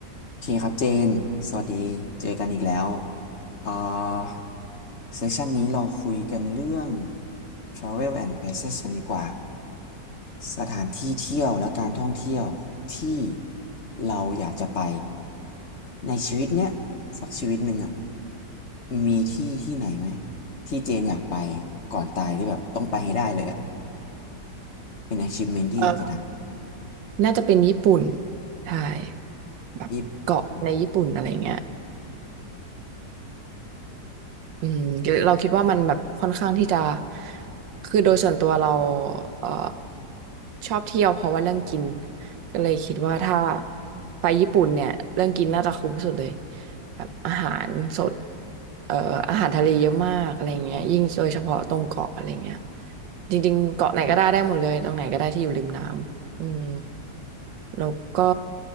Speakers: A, on the left; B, on the right.
A: โอเคครับเจน สวัสดี เจอกันอีกแล้วเอ่อเซสชันนี้เราคุยกันเรื่อง Travel and Places กันดีกว่า สถานที่เที่ยวและการท่องเที่ยวที่เราอยากจะไปในชีวิตเนี้ยสักชีวิตหนึ่งอ่ะ มีที่ที่ไหนไหมที่เจนอยากไปก่อนตายที่แบบต้องไปให้ได้เลยอ่ะ เป็น achievement ที่อยากจะท
B: เออน่าจะเป็นญี่ปุ่นใช่
A: ำยิบอืม
B: แบบเกาะในญี่ปุ่นอะไรเงี้ยอืมเราคิดว่ามันแบบค่อนข้างที่จะคือโดยส่วนตัวเราเอ่อชอบเที่ยวเพราะว่าเรื่องกินก็เลยคิดว่าถ้าไปญี่ปุ่นเนี่ยเรื่องกินน่าจะคุ้มสุดเลยแบบอาหารสดเอ่ออาหารทะเลเยอะมากอะไรเงี้ยยิ่งโดยเฉพาะตรงเกาะอะไรเงี้ยจริงๆเกาะไหนก็ได้ได้หมดเลยตรงไหนก็ได้ที่อยู่ริมน้ำ อืมแล้วก็